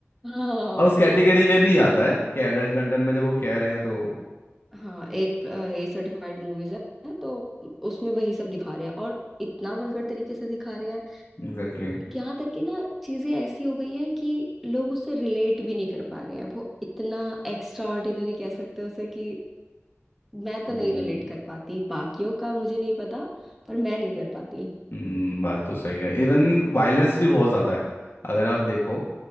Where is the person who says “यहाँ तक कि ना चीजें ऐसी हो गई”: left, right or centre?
Centre